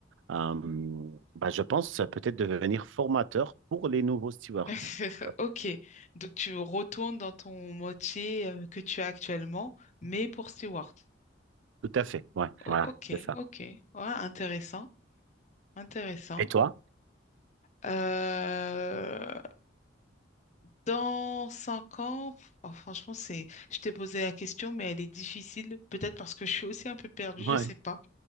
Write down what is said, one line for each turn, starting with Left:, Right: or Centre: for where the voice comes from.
Right: euh, bah, je pense euh, peut-être devenir formateur pour les nouveaux stewards.
Left: <laughs>
Right: Ouais.
Left: Ok. Donc tu retournes dans ton métier euh, que tu as actuellement, mais pour Stewart.
Right: Tout à fait. Ouais,
Left: O-
Right: voilà,
Left: ok,
Right: c'est ça.
Left: ok. Ouais, intéressant. Intéressant.
Right: Et toi?
Left: Euh, dans cinq ans, oh, franchement, c'est, je t'ai posé la question, mais elle est difficile, peut-être parce que je suis aussi un peu perdue,
Right: Ouais.
Left: je sais pas.